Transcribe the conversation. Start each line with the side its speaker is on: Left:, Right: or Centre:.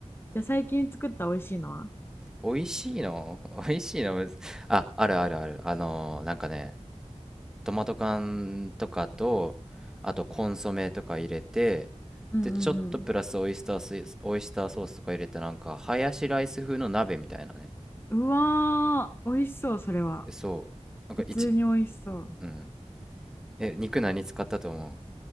Left: じゃあ最近作った美味しいのは
Centre: う。美味しいの <laughs> 美味しいのむずあ、あるあるある。あのーなんかね、トマト缶とかと、あとコンソメとか入れて、
Left: うんうん
Centre: で、ちょっとプラスオイスタースイ、オイスターソースとか入れて、なんか、ハヤシライス風の鍋みたいなね。
Left: うん。うわー、美味しそう、それは。
Centre: えそうなんか一
Left: 普通に美味しそう。
Centre: うんえ肉何使ったと思う